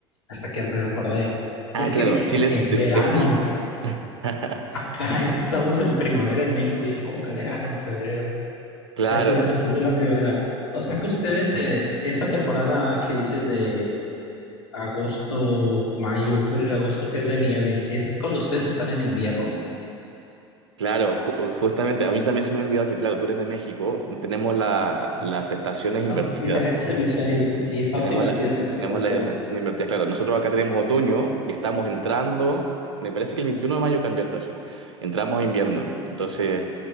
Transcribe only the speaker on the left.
hasta que recordé.
Es
que dijiste
que
verano,
acá <laughs> estamos en primavera en México, y dije, ¿cómo que verano en febrero?
Si apenas empezó la primavera. O sea que ustedes, eh, esa temporada que dices de agosto, mayo, julio, agosto, que es de nieve, ¿es cuando ustedes están en invierno?
Entonces,
Estamos
en diferentes hemisferios, sí, estamos
divertidos
en esa
cuestión.